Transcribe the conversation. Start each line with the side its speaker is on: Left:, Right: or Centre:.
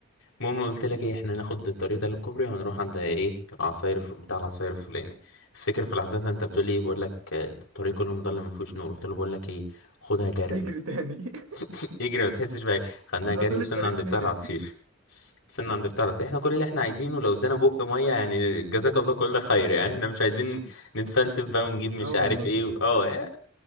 Left: المهم قلت لك ايه احنا هناخد الطريق ده للكوبري وهنروح عند ايه العصاير في بتاع العصاير الفلاني افتكر في لحظتها انت بتقول لي ايه بقول لك آه، الطريق كله مضلم ما فيهوش نور قلت له بقول لك ايه خدها جري
Right: اجري تاني <laughs>
Left: <laughs> اجري ما تحسش بحاجه خدناها
Right: احنا
Left: جري
Right: طول
Left: وصلنا
Right: الطريق
Left: عند
Right: بنجري
Left: بتاع العصير وصلنا عند بتاع العصير احنا كل اللي احنا عايزينه لو ادانا بق ميه يعني جزاك الله كل خير يعني احنا مش عايزين نتفلسف بقى ونجيب مش
Right: اه
Left: عارف
Right: والله
Left: ايه و... اه إيه؟